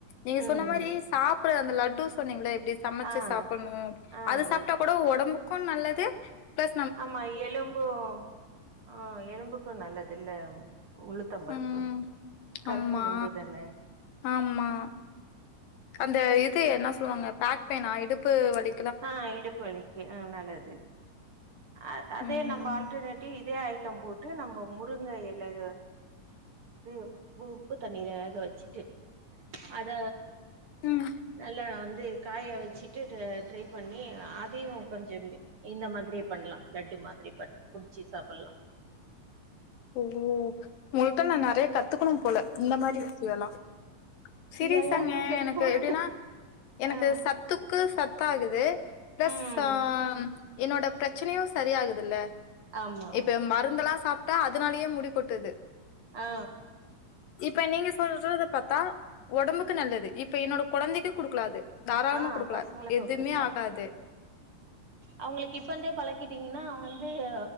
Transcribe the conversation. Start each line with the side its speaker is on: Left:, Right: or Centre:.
Left: நீங்க
Right: ம்
Left: சொன்ன மாரி சாப் ட்ற அந்த லட்டூ சொன்னீங்ளே எப் டே சமச்சு
Right: ஆ
Left: சாப்புண்ணு
Right: ஆ
Left: அது
Right: நல்லது
Left: சாப்ட்டா கூடோ ஒடம்பு க்கு நல்லது ப்ளஸ்
Right: ஆமா எலும்பு அ எலும்புக்கு நல்லது இல்ல உளுத்தம் பருப்பு
Left: ம்
Right: கருப்பு
Left: ஆமா
Right: உளுந்து தானே
Left: ஆமா அந்த இது என்ன சொல்லுவாங்க பேக் பெயின் ஆ இடுப்பு வலி
Right: அ இடுப்புவலிக்கு அ நல்லது அ அதே
Left: ம்
Right: நம்ம ஆல்டர்னேட்டிவ் இதே ஐட்டம் போட்டு நம்போ இப்போ முருங்க எலைய வந்து அதுக்கு உ உப்பு தண்ணீல வேக வச்சுட்டு அத
Left: ம்
Right: நல்லா வந்து காய வச்சுட்டு ட்ரை பண்ணி அதையும் கொஞ்சம் இந்த மாதிரியே பண்ணலாம் லட்டு மாதிரி பண்ண புடிச்சு சாப்பிடலாம்
Left: ஓ உங்கிட்ட ந நிறைய கத் கத்துக்கணும் போல இந்த மாதிரி விஷயல்லாம் சீறிசாங்க
Right: எல்லா இந்த செல்போன்
Left: எனக்கு எப்படின்னா எனக்கு
Right: ஆ
Left: சத்துக்கு சத் ப்ப ஆது வே ப்ளஸ்
Right: ம்
Left: ஆஹ என்னோடப் பிரச்சனையும் சரியாகுதுல்ல
Right: ஆமா
Left: இப்ப எ மா இதலா சாப்ட்டா அதனாலயே முடி கொட்டுது
Right: ஆ
Left: இப்ப நீங்க சொல்றது பார்த்தா உடம்புக்கு நல்லது இப்ப என்னோட குழந்தைக்கு கொடுக்கலா அது தாராளமா
Right: ஆஹ்
Left: குடுக்கலா.
Right: பசங்களுக்கு
Left: எதுமே
Right: குடுக்கலாம்
Left: ஆகாது.
Right: அவங்களுக்கு இப்பந்தே பழக்கிட்டீங்கன்னாங்க வந்துஹ